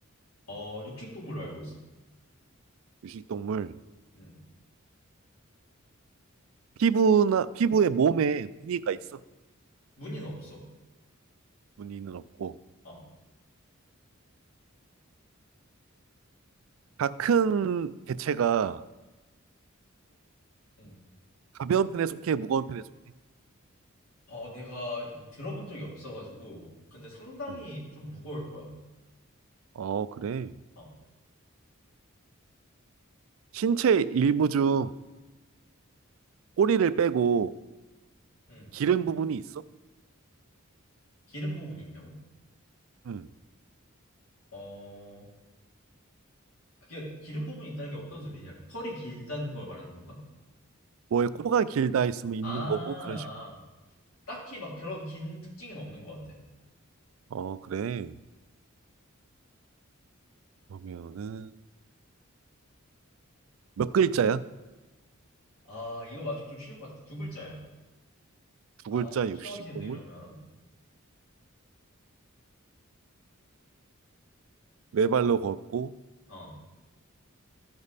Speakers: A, on the left (about 85°); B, on the right (about 70°).
A: 어, 육식동물로 알고 있어.
B: 육식 동물.
A: 음.
B: 피부나, 피부에 몸에 무늬가 있어.
A: 무늬는 없어.
B: 무늬는 없고.
A: 어,
B: 다 큰 개체가
A: 음.
B: 가벼운 편에 속해, 무거운 편에 속해?
A: 어, 내가 이걸 들어본 적이 없어가지고, 근데 상당히
B: 음.
A: 좀 무거울 거야.
B: 어, 그래.
A: 어,
B: 신체 일부 중 꼬리를 빼고
A: 음.
B: 기른 부분이 있어?
A: 기름 부분이 있냐고?
B: 음.
A: 어, 그게 기름 부분이 있다는 게 어떤 소리냐? 털이 길다는 걸 말하는 건가?
B: 뭐에 코가 길다 있으면 있는
A: 아,
B: 거고, 그런 식으로.
A: 아. 딱히 막 그런 긴 특징은 없는 것 같아.
B: 어, 그래. 그러면은, 몇 글자야?
A: 아, 이거 맞추면 좀 쉬울 것 같아. 두 글자야.
B: 두
A: 아,
B: 글자
A: 좀
B: 육식
A: 쉬워지는데
B: 동물?
A: 이러면.
B: 네 발로 걷고.
A: 어.